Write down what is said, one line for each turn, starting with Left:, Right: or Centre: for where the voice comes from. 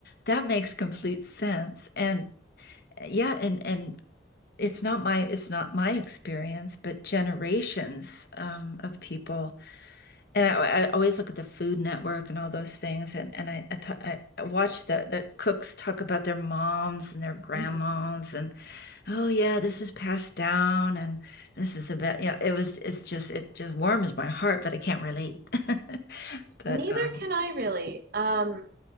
Left: that makes complete sense. And uh, yeah, and and it's not my it's not my experience, but generations um, of people. And I, I always look at the Food Network and all those things, and and I I ta- I- I watch the the cooks talk about their moms and their grandmoms,
Right: Mhm.
Left: and oh yeah, this is passed down, and this is about yeah. It was it's just it just warms my heart, but I can't relate. <laughs> But
Right: Neither
Left: um,
Right: can I really. Um,